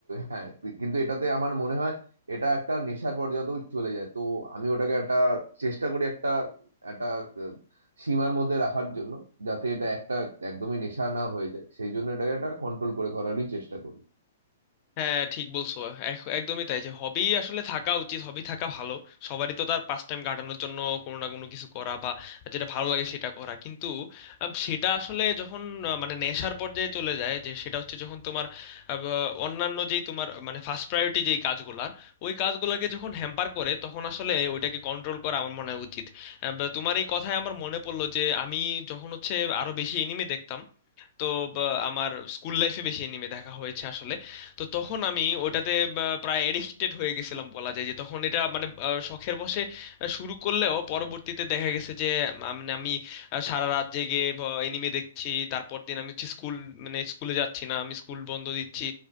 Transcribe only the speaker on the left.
হ্যাঁ ঠিক বলছো এক- একদমই তাই যে হবি আসলে থাকা উচিত হবি থাকা ভালো সবারই তো তার পাস টাইম কাটানোর জন্য কোনো না কোনো কিছু করা বা যেটা ভালো লাগে সেটা করা কিন্তু আম, সেটা আসলে যখন আহ, মানে নেশার পর্যায়ে চলে যায় যে সেটা হচ্ছে যখন তোমার আহ, বা- অন্যান্য যেই তোমার মানে ফার্স্ট প্রায়োরিটি যেই কাজগুলার ওই কাজগুলোকে যখন হ্যাম্পার করে তখন আসলে ওইটাকে কন্ট্রোল করা আমার মনে হয় উচিত আহ, বা তোমার এই কথায় আমার মনে পড়লো যে আমি যখন হচ্ছে আরো বেশি এনিমে দেখতাম তো বা, আমার স্কুল লাইফে বেশি এনিমে দেখা হয়েছে আসলে তো তখন আমি ওটাতে বা, প্রায় এডিক্টেড হয়ে গেছিলাম বলা যায় যে তখন এটা মানে আহ, শখের বশে আহ, শুরু করলেও পরবর্তীতে দেখা গেছে যে আম- মানে আমি আহ, সারা রাত জেগে এনিমে দেখছি তারপর দিন আমি হচ্ছে স্কুল মানে স্কুলে যাচ্ছি না আমি স্কুল বন্ধ দিচ্ছি